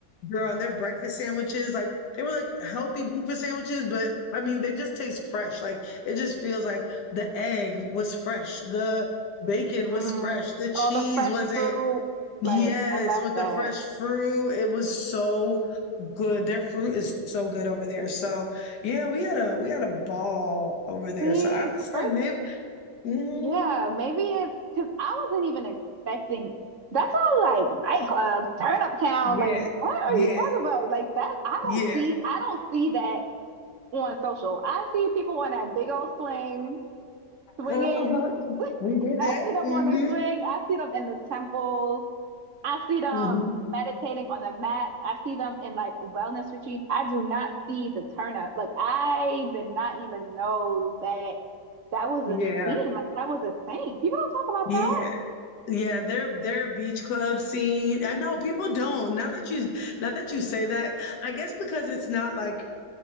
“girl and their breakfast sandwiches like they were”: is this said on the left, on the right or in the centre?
Left